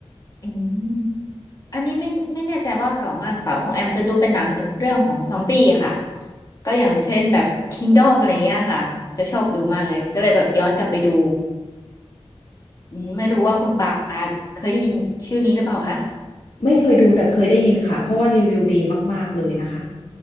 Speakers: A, on the left; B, on the left.
A: อืมอันนี้ไม่ไม่แน่ใจว่าเก่ามากหรือเปล่าของแอมจะดูเป็นหนังเรื่องของซอมบี้ค่ะก็อย่างเช่นแบบ Kingdom อมอะไรเงี้ยค่ะจะชอบดูมากเลยก็เลยแบบย้อนกลับไปดู อืมไม่รู้ว่าคุณปาเคยได้ยินชื่อนี้หรือเปล่าคะ
B: ไม่เคยดูแต่เคยได้ยินค่ะเพราะว่ารีวิวดีมากๆเลยนะคะ